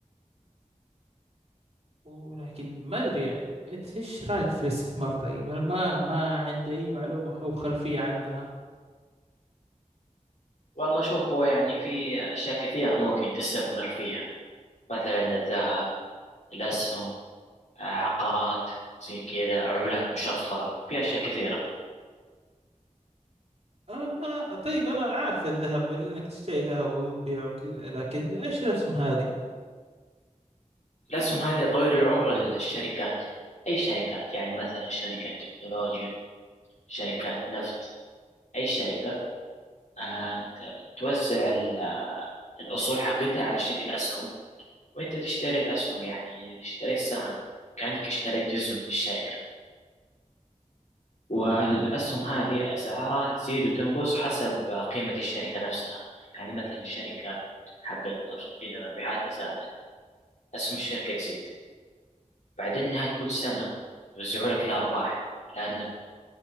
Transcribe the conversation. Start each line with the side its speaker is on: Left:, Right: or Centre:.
Right: ولكن ما أدري يعني أنت إيش رأيك في الاستثمار طيب أنا ما ما عندي أي معلومة أو خلفية عنها
Left: والله شوف هو يعني في أشياء كثيرة ممكن تستثمر فيها مثلا الذهب الأسهم آه، عقارات زي كذا عملات مشفرة في أشياء كثيرة
Right: أم آه طيب أنا عارف الذهب لأنك تشتري ذهب وتبيعه وكذا لكن إيش الأسهم هذه
Left: الأسهم هذه طويل العمر للشركات أي شركات يعني مثلا شركة تكنولوجيا شركات نفط أي شركة آه، ت- توزع ال- آه، الأصول حقتها على شكل أسهم وأنت تشتري الأسهم يعني تشتري السهم كأنك اشتريت جزء من الشركة والأسهم هذه أسعارها تزيد وتنقص حسب قيمة الشركة نفسها يعني مثلا الشركة حقت نفط إذا مبيعاتها زادت أسهم الشركة تزيد بعدين نهاية كل سنة يوزعوا لك الأرباح لأنك